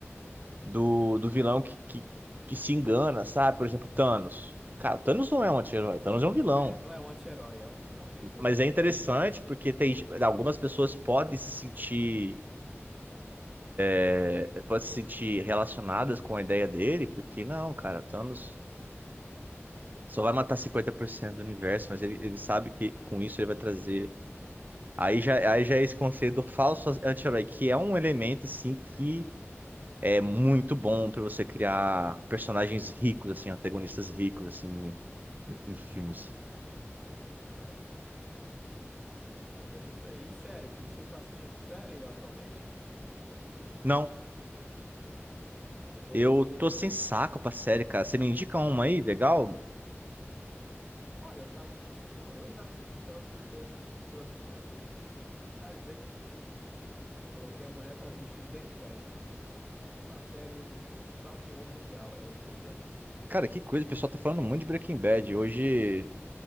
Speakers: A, on the right; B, in the centre.
A: do, do vilão que, que, que se engana, sabe? Por exemplo, Thanos. Cara, Thanos não é um anti-herói, Thanos é um vilão.
B: É, não é um anti-herói, é um vilão mesmo. Ele
A: Mas
B: tinha
A: é interessante
B: o desejo.
A: porque tem algumas pessoas podem se sentir, eh, podem se sentir relacionadas com a ideia dele, porque não, cara, Thanos só vai matar 50% do universo, mas ele, ele sabe que com isso ele vai trazer. Aí já, aí já é esse conceito do falso anti-herói, que é um elemento assim que é muito bom para você criar personagens ricos, assim, antagonistas ricos, assim, em, em filmes.
B: é, É isso aí. E sério, que você tá assistindo série atualmente?
A: Não,
B: Eu,
A: eu tô sem saco pra série, cara. Você me indica uma aí, legal?
B: olha, eu tava assistindo, eu já assisti pela segunda, tô assistindo pela segunda vez. Finalizei, inclusive, que eu coloquei a mulher pra assistir Breaking Bad. É uma série top um mundial aí, eu diria.
A: Cara, que coisa, o pessoal tá falando muito de Breaking Bad. Hoje